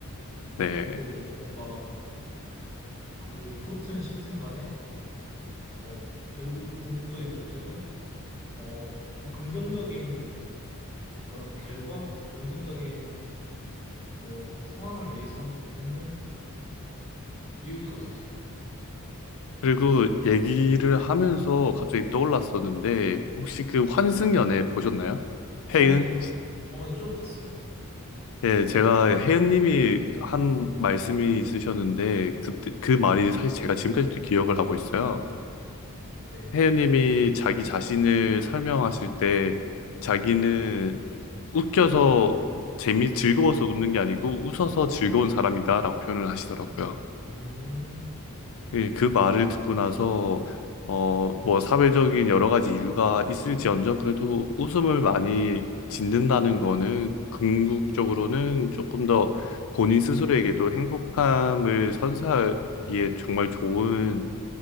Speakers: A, on the left; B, on the left.
A: 네.
B: 또 뭔가 그 좋든 싫든 간에 어 결국 궁극적인 목적은 어 좀 긍정적인 뭐랄까 결과 아니면 긍정적인 뭐 상황을 위해서 웃는 이유일 것 같아요.
A: 그리고 얘기를 하면서 갑자기 떠올랐었는데, 혹시 그 환승연애 보셨나요?
B: 어,
A: 해은?
B: 어, 네, 좀 봤어요.
A: 예, 제가 혜은님이 한 말씀이 있으셨는데 그때 그 말이 사실 제가 지금까지도 기억을 하고 있어요.
B: 네.
A: 혜은님이 자기 자신을 설명하실 때 자기는 웃겨서 재미 즐거워서 웃는 게 아니고 웃어서 즐거운 사람이다라고 표현을 하시더라고요.
B: 음,
A: 예, 그 말을 듣고 나서 어, 뭐 사회적인 여러 가지 이유가 있을지언정 그래도 웃음을 많이 짓는다는 거는 궁극적으로는 조금 더 본인 스스로에게도 행복함을 선사하기에 정말 좋은